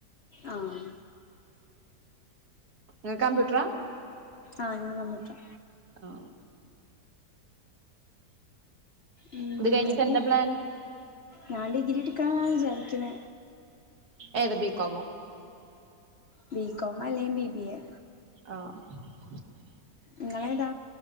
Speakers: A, on the left; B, on the right.
A: ആഹ്
B: ഇങ്ങ കംപ്യൂട്ടറ
A: ആഹ് ഞാൻ കമ്മിട്ട്രാ.
B: ആഹ്.
A: ഉം
B: ഇത് കഴിഞ്ഞിട്ട്
A: ന്നട്ട്
B: എന്താ പ്ലാൻ?
A: ഞാൻ ഡിഗ്രിഇട്ക്കാന്നാണ് ചാരിക്ക്‌ണെ
B: ഏത് ബീക്കോമോ?
A: ബി കോം അലേം ബി ബി എ.
B: ആഹ്
A: ഇങ്ങളേ താ?